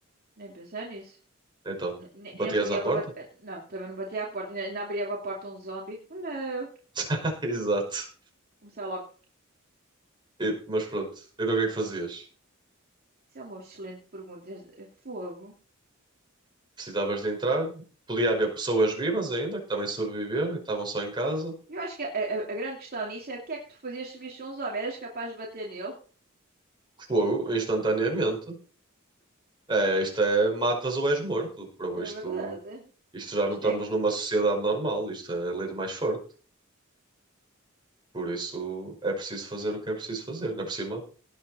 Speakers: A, on the right (about 45°); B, on the right (about 20°).
A: Nem pensar nisso.
B: Então,
A: Ne- Nem,
B: batias
A: nem punha
B: à porta?
A: para Não, também não batia à porta. Ainda, ainda abria a porta um zombie. Hello!
B: <laughs> Exato.
A: Começava logo.
B: E- mas pronto, então o que é que fazias?
A: Isso é uma excelente pergunta. É é fogo.
B: Precisavas de entrar, podia haver pessoas vivas ainda, que também sobreviveram e estavam só em casa.
A: Eu acho que a, a- a grande questão nisso é o que é que tu fazias se visse um zombie? Eras capaz de bater nele?
B: Fogo, instantaneamente. É, isto é, matas ou és morto, por
A: É
B: isto
A: verdade.
B: Isto já não
A: Isto
B: estamos
A: é que.
B: numa sociedade normal, isto é a lei do mais forte. Por isso é preciso fazer o que é preciso fazer. Ainda por cima,